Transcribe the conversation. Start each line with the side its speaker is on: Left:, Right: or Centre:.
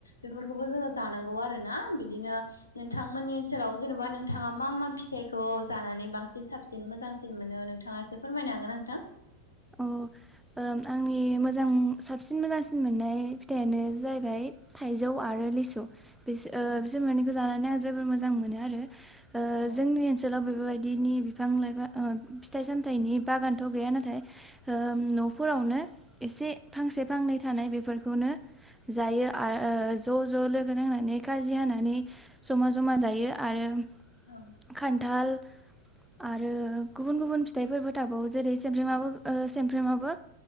Left: बेफोरखौबो जोङो जानांगौ आरोना बिदिनो नोंथांमोननि ओनसोलाव जेन'बा नोंथाङा मा मा फिथाइखौ जानानै बांसिन साबन साबसिन मोजांसिन मोनो नोंथाङा एसे फोरमायनो हागोन नोंथां
Centre: औ आंनि मोजां साबसिन मोजांसिन मोननाय फिथाइानो जाहैबाय थाइजौ आरो लिसु बि
Left: औ
Centre: बिसोर मोननैखौ जानानै आं जोबोर मोजां मोनो आरो
Left: औ
Centre: जोंनि ओनोल लाव बेफोरबायदिनि बिफां लाइफां फिथाइ सामथायाइनि बागानथ' गैया नाथाय न'फोरावनो एसे फांसे फांनै थानाय बेफोरखौनो जायो आरो ज' ज' लोगो नांनानै खाजि हानानै जमा जमा जायो आरो
Left: औ
Centre: खान्थाल आरो गुबुन गुबुन फिथाइफोरबो थाबावो जेरै सेमब्रिमाबो सेमफ्रोमाबो